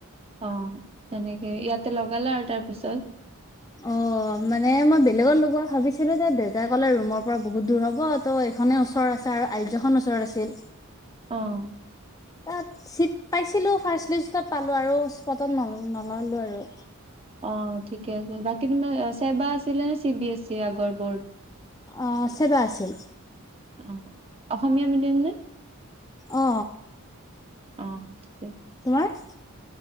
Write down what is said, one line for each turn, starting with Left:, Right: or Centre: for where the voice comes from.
Right: অ তেনেকে ইয়াতে লগালা আৰু তাৰ পিছত।
Left: অ মানে মই বেলেগত লগোৱা ভাবিছিলো তে দেউতাই ক'লে ৰুমৰ পৰা বহুত দূৰ হব ত' এইখনে ওচৰ আছে আৰু আৰ জ খন ওচৰ আছিল।
Right: অহ।
Left: তাত চিট পাইছিলো ফাৰ্ষ্ট লিষ্টত পালো আৰু স্পটত ন নললো আৰু।
Right: অ ঠিকে আছে, বাকী তোমাৰ ছেবা আছিলে নে চি বি এছ ই আগৰ বৰ্ড?
Left: অ ছেবা আছিল।
Right: অ অসমীয়া মিডিয়াম নে?
Left: অ।
Right: অ ঠিকেই।
Left: তোমাৰ?